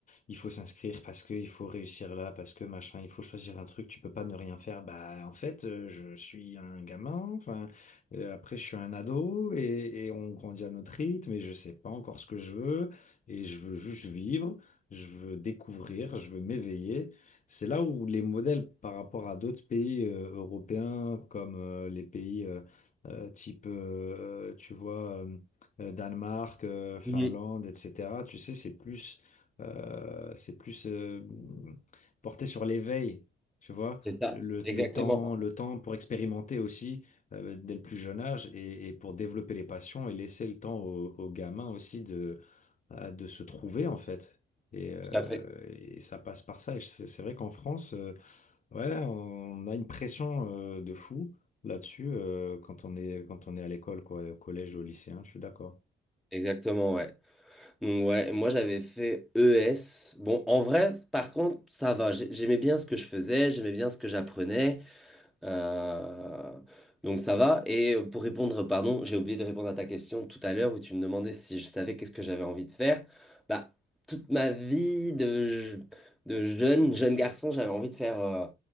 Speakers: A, on the left; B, in the centre.
A: il faut s'inscrire parce que il faut réussir là, parce que machin, il faut choisir un truc, tu peux pas ne rien faire. Bah, en fait, euh, je suis un gamin, enfin, euh, après, je suis un ado et, et on grandit à notre rythme et je sais pas encore ce que je veux et je veux juste vivre, je veux découvrir, je veux m'éveiller. C'est là où les modèles par rapport à d'autres pays euh, européens comme euh, les pays euh, euh, type, euh, euh, tu vois, euh, euh, Danemark, euh, Finlande,
B: Mhm.
A: etc. Tu sais, c'est plus euh, c'est plus euh, mm, porté sur l'éveil, tu vois,
B: C'est ça,
A: le, le-
B: exactement.
A: le temps, le temps pour expérimenter aussi euh, dès le plus jeune âge et, et pour développer les passions et laisser le temps aux, aux gamins aussi de, euh, de se trouver en fait. Et, euh,
B: Tout à fait.
A: et ça passe par ça. Et c'est c'est vrai qu'en France, euh, ouais, on a une pression euh, de fou là-dessus euh, quand on est, quand on est à l'école, quoi, au collège, au lycée, hein, je suis d'accord.
B: Exactement, ouais. Donc, ouais, moi j'avais fait ES. Bon, en vrai, par contre, ça va. J'ai- J'aimais bien ce que je faisais, j'aimais bien ce que j'apprenais. Euh, donc ça va. Et pour répondre, pardon, j'ai oublié de répondre à ta question tout à l'heure où tu me demandais si je savais qu'est-ce que j'avais envie de faire. Bah, toute ma vie de, je- de jeune, jeune garçon, j'avais envie de faire euh,